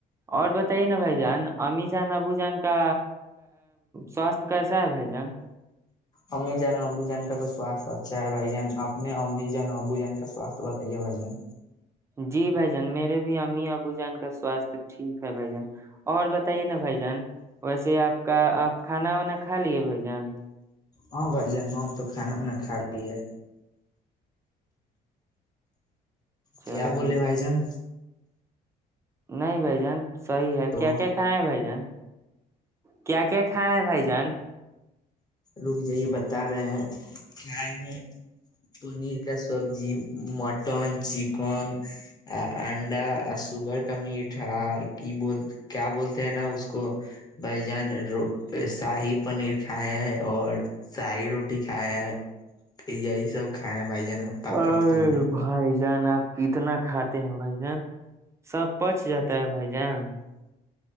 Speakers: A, on the right (about 15°); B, on the left (about 25°).
A: اور بتائیے نا بھائی جان امی جان ابو جان کا سواستھ کیسا ہے بھائی جان
B: امی جان ابو جان کا تو سوستھ اچھا ہے بھائی جان اپنے امی جان ابو جان کا سوستھ بتائیے بھائی جان
A: جی بھائی جان میرے بھی امی ابو جان کا سوستھ ٹھیک ہے بھائی جان اور بتائیے نا بھائی جان ویسے آپ کا آپ کھانا وانا کھا لیے بھائی جان
B: ہاں بھائی جان ہم تو کھانا وانہ کھا لیے
A: چلیے
B: کیا بولے بھائی جان
A: نہیں بھائی جان صحیح ہے
B: تو
A: کیا کیا کھائے ہیں بھائی جان کیا کیا کھائے ہیں بھائی جان
B: رک جائیے بتا رہے ہیں کیاائے ہیں پنیر کا سبزی مٹن چکن انڈا سوگر کا میٹھ کی بول کیا بولتے ہیں نا اس کو بھائی جان شاہی پنیر کھائے ہیں اور شاہی روٹی کھائے ہیں یہی سب کائےیں بھائی جان ہم پاپڑ
A: ارے
B: تلوڑی
A: بھائی جان آپ کتنا کھاتے ہیں بھائی جان سب پچ جاتا ہے بھائی جان